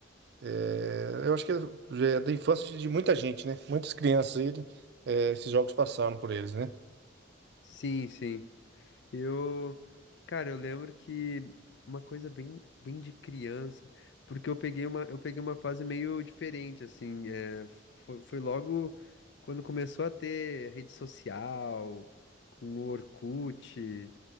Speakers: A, on the right; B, on the left.
A: É, eu acho que é da infância de, de muita gente, né? Muitas crianças aí, é, esses jogos passaram por eles, né?
B: Sim, sim. Eu, cara, eu lembro que uma coisa bem, bem de criança, porque eu peguei uma, eu peguei uma fase meio diferente, assim, é, foi, foi logo quando começou a ter rede social, com o Orkut,